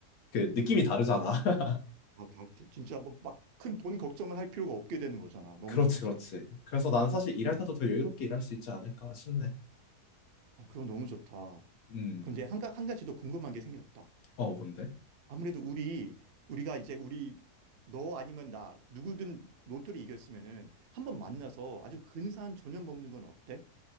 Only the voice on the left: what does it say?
그 느낌이 다르잖아. <laughs>
그렇지,
그렇지. 그래서 나는 사실 일할 때도 더 여유롭게 일할 수 있지 않을까 싶네.
음,
어, 뭔데?